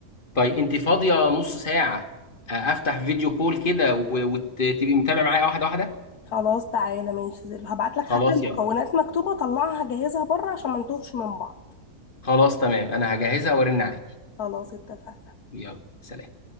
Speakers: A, on the left; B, on the left.
A: طيب انت فاضيه نص ساعه أه، افتح فيديو كول كده وتبقي متابع معايا واحده واحده
B: خلاص تعالى ماشي زي هبعت لك
A: خلاص
B: حتى المكونات
A: يلا
B: مكتوبة طلعها جهزها بره عشان ما نتوهش من بعض
A: خلاص تمام انا هجهزها وارن عليك
B: خلاص اتفقنا
A: يلا سلام